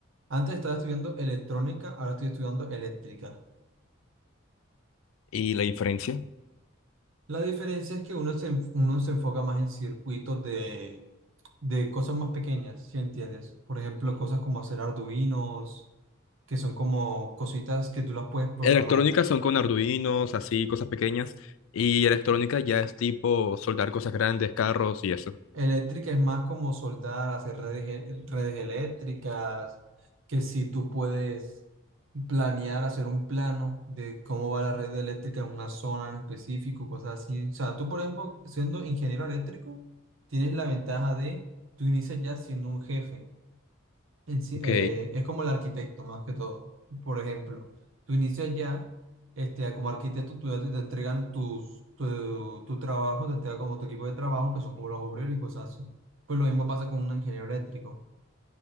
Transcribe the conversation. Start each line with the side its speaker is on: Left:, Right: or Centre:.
Right: Antes estaba estudiando electrónica, ahora estoy estudiando eléctrica.
Left: ¿Y la diferencia?
Right: La diferencia es que uno se, enf- uno se enfoca más en circuitos de, de cosas más pequeñas, si entiendes? Por ejemplo, cosas como hacer arduinos, que son como cositas que tú las puedes programar.
Left: Electrónica son con Arduinos, así, cosas pequeñas, y electrónica ya es tipo soldar cosas grandes, carros y eso.
Right: Eléctrica es más como soldar, hacer redes, e- redes eléctricas, que si tú puedes planear, hacer un plano de cómo va la red eléctrica en una zona en específico, cosas así. O sea, tú, por ejemplo, siendo ingeniero eléctrico, tienes la ventaja de, tú inicias ya siendo un jefe. en sí-
Left: Ok.
Right: eh, es como el arquitecto más que todo. Por ejemplo, tú inicias ya, este, como arquitecto, tú ya te te entregan tus, tu, tu trabajo, te entregan como tu equipo de trabajo, que son como los obreros y cosas así. Pues lo mismo pasa con un ingeniero eléctrico.